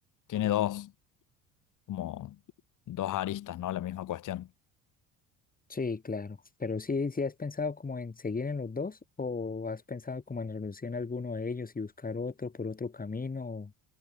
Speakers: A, on the left; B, on the left.
A: tiene dos. como dos aristas, ¿no? La misma cuestión.
B: Sí, claro. Pero sí, sí has pensado como en seguir en los dos o has pensado como en renunciar a alguno de ellos y buscar otro por otro camino.